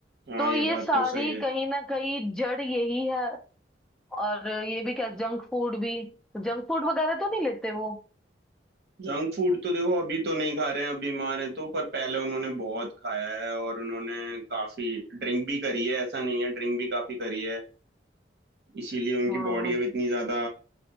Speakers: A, on the right; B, in the centre.
A: हाँ
B: तो
A: ये
B: ये
A: बात
B: सारी
A: तो सही है
B: कहीं ना कहीं जड़ यही है और ये भी क्या जंक फूड भी जंक फूड वगैरह तो नहीं लेते वो
A: जंक फूड तो देखो अभी तो नहीं खा रहे हैं अब बीमार हैं तो पर पहले उन्होंने बहुत खाया है और उन्होंने काफी ड्रिंक भी करी है ऐसा नहीं है ड्रिंक भी काफी करी है इसीलिए उनकी
B: हाँ
A: बॉडी अब इतनी ज्यादा